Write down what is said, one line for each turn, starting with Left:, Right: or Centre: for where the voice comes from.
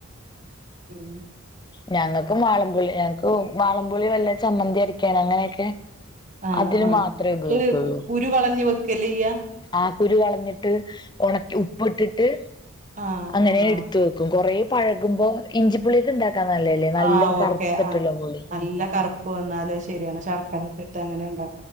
Right: ഉം
Left: ഞങ്ങൾക്ക് വ മാളംപൊളി ഞങ്ങക്ക് വാളംപൊളി വല്ല ചമ്മന്തി അരക്കാണ് അങ്ങനെയൊക്കെ
Right: ആഹ്
Left: അതിന്
Right: ആഹ്
Left: മാത്രമേ ഉപയോഗിക്കുള്ളൂ
Right: നിങ്ങള് കുരു കളഞ്ഞഞ് വെക്കല്ലേ ചെയ്യാ
Left: ആഹ് കുരു കളഞ്ഞിട്ട് ഉണക്കി ഉപ്പിട്ടിട്ട്
Right: ആഹ്
Left: അങ്ങനെ
Right: ആഹ്
Left: എടുത്ത വെക്കും കുറെ പഴകുമ്പോ ഇഞ്ചിപ്പളിയൊക്കെ ഉണ്ടാക്കും ക നല്ലതല്ലേ നല്ലോം
Right: ആഹ്
Left: കറുത്തിട്ടുള്ള
Right: ഓക്കെ ആഹ്
Left: പുളി
Right: നല്ല കറുപ്പ് വന്നാല് ശരിയാണ് ശർക്കര ഒക്ക ഇട്ട് അങ്ങനെണ്ട